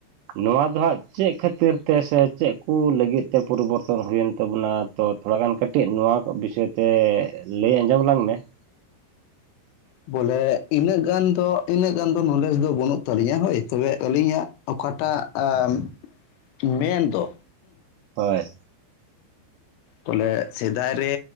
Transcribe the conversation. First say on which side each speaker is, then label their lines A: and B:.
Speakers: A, on the right; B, on the left.
A: ᱱᱚᱣᱟ ᱫᱚ ᱦᱟᱸᱜ ᱪᱮᱫ ᱠᱷᱟᱹᱛᱤᱨ ᱛᱮ ᱥᱮ ᱪᱮᱫ ᱠᱚ ᱞᱟᱹᱜᱤᱫ ᱛᱮ ᱯᱚᱨᱤᱵᱚᱨᱛᱚᱱ ᱦᱩᱭᱮᱱ ᱛᱟᱵᱚᱱᱟ ᱛᱚ ᱛᱷᱚᱲᱟ ᱜᱟᱱ ᱠᱟᱹᱴᱤᱡ ᱱᱚᱣᱟ ᱠᱚ ᱵᱤᱥᱚᱭ ᱛᱮ ᱞᱟᱹᱭ ᱟᱸᱡᱚᱢ ᱟᱞᱟᱝ ᱢᱮ ᱾
B: ᱵᱚᱞᱮ ᱤᱱᱟᱹᱜ ᱜᱟᱱ ᱫᱚ ᱤᱱᱟᱹᱜ ᱜᱟᱱ ᱫᱚ ᱱᱚᱞᱮᱡᱽ ᱫᱚ ᱵᱟᱹᱱᱩᱜ ᱛᱟᱹᱞᱤᱧᱟ ᱦᱳᱭ ᱛᱚᱵᱮ ᱟᱹᱞᱤᱧᱟᱜ ᱚᱠᱟᱴᱟᱜ ᱟᱸᱻ ᱢᱮᱱ ᱫᱚ
A: ᱦᱳᱭ ᱾
B: ᱵᱚᱞᱮ ᱥᱮᱫᱟᱭ ᱨᱮ